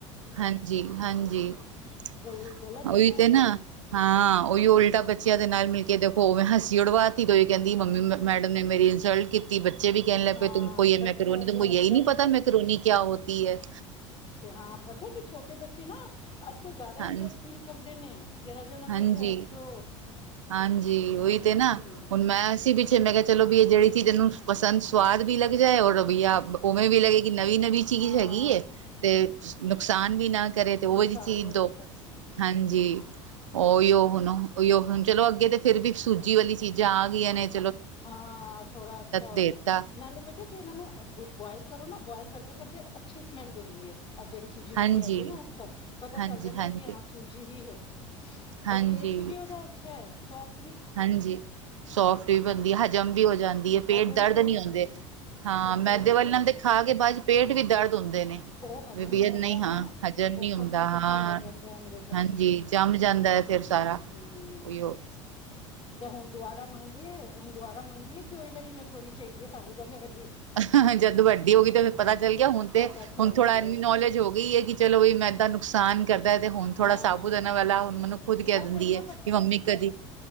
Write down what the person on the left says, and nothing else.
ਗਲ ਗਲਤ ਹੈ
ਇਦਾਂ
ਹਾਂ
ਹਾਂ
ਬੱਚਿਆਂ
ਦੇ ਅੰਦਰ
ਹਾਂ ਪਤਾ ਕਿ ਛੋਟੇ ਬੱਚੇ ਨਾ ਅੱਜ-ਕੱਲ ਜਿਆਦਾ ਇਨਸਲਟ
ਫੀਲ ਕਰਦੇ ਨੇ। ਜਰਾ ਜੇ ਉਹਨਾਂ ਦੇ
ਉੱਤੇ ਹੱਸੋ
ਹਮ
ਹਾਂ
ਹਾਂ
ਨੁਕਸਾਨ
ਵੀ
ਨਾ ਕਰੇ
ਹਾਂ ਥੋੜ੍ਹਾ ਅੱਛਾ ਹੋ
ਗਿਆ ਨਾਲੇ ਪਤਾ ਕਿ ਇਹਨਾ ਨੂੰ ਬੁਆਇਲ ਕਰੋ ਨਾ ਬੋਇਲ ਕਰਦੇ-ਕਰਦੇ ਅੱਛੀ ਸਮੈਲ ਦਿੰਦੀ ਐ। ਇਹ ਜਿਹੜੀ ਸੂਜੀ ਵਾਲੀ
ਆਈ ਏ ਨਾ ਅੱਜ-ਕੱਲ ਪਤਾ
ਚੱਲ ਜਾਂਦਾ
ਐ ਕਿ ਹਾਂ ਸੂਜੀ‌ ਹੀ ਹੈ
ਔਰ ਟੇਸਟ ਵੀ ਉਹਦਾ ਅੱਛਾ ਐ। ਸੋਫ
ਹਜ਼ਮ
ਵੀ ਹੋ
ਜਾਂਦੀ
ਹੈ
ਸਭ ਤੋਂ
ਵੱਡੀ
ਗੱਲ
ਉਹ ਹਜ਼ਮ
ਹੁੰਦਾ
ਨਾ
ਉਹ
ਕੱਚਾ ਕੱਚਾ
ਰਹਿ ਜਾਂਦਾ ਅੰਦਰ ਜਾ
ਕੇ
ਹਮ
ਤੇ ਹੁਣ ਦੁਬਾਰਾ ਮੰਗਦੀਏ, ਹੁਣ ਦੁਬਾਰਾ ਮੰਗਦੀਏ ਕਿ ਓਈ ਵਾਲੀ ਮੈਕਰੋਣੀ ਚਾਈਦੀ ਏ ਸਾਬੂਦਾਨੇ ਵਾਲੀ।
ਪਤਾ
ਚੱਲ
ਗਿਆ
ਹਾਂ
ਬਸ
ਇੰਨਾ